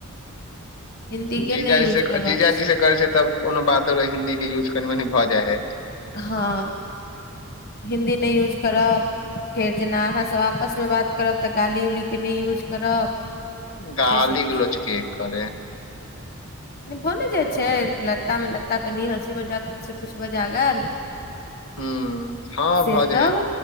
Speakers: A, on the left (about 40°); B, on the left (about 60°).
A: हिन्दी के
B: जीजाजी
A: नहि यूज
B: से
A: करबाक
B: जीजाजी से करै छै तब कोनो बातो हिन्दी के यूज कनि मनी भऽ जाइ हइ
A: हँ हिन्दी नहि यूज करब फेर जेना अहाँसभ आपसमे बात करब तऽ गाली उलीके नहि यूज करब
B: गाली
A: से सब
B: गलोज के करे
A: नइ भऽ नइ जाइ छै लड़कामे लड़का कनि हँसी मजा कछु सँ कछु बजा गेल
B: हूँ हाँ
A: से
B: भऽ
A: सब
B: जाइ है